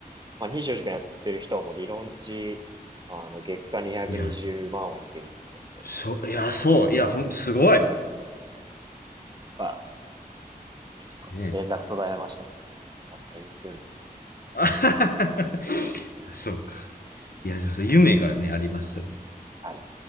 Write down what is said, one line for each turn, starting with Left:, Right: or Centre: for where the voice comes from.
Right: まあ、24時間やってる人はもう理論値、あの、月間220万はいけるって言ってたんで、
Left: いや、そう、いや、そう、いや、ほん、すごい。
Right: まそうですね連絡途絶えましたけど、
Left: ねえ。
Right: 多分眠ってるんだと。
Left: <laughs> あははははそうか。いや、そうそう、夢がね、ありますよね。
Right: はい。